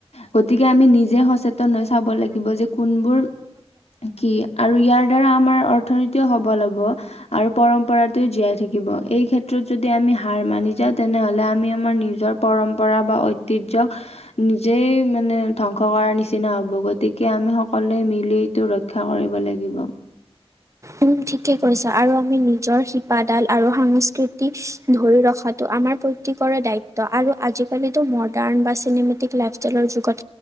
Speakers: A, on the left; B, on the right.
A: গতিকে আমি নিজে সচেতন হৈ চাব লাগিব যে কোনবোৰ কি আৰু ইয়াৰ দ্বাৰা আমাৰ অৰ্থনীতিও সবল হ'ব। আৰু পৰম্পৰাতে জীয়াই থাকিব এই ক্ষেত্ৰত যদি আমি হাৰ মানি যাওঁ তেনেহলে আমি আমাৰ নিজৰ পৰম্পৰা বা ঐতিহ্্যক নিজেই মানে ধ্বংস কৰাৰ নিচিনা হ'ব গতিকে আমি সকলোৱে মিলি টো ৰক্ষা কৰিব লাগিব।
B: উম ঠিকেই কৈছা। আৰু আমি নিজৰ শিপাডাল আৰু সাংস্কৃতিক ধৰি ৰখাটো আমাৰ প্ৰত্যেকৰে দায়িত্ব, আৰু আজি কলিটো মডাৰ্ণ বা চিনেমেটিক লৰ যুগত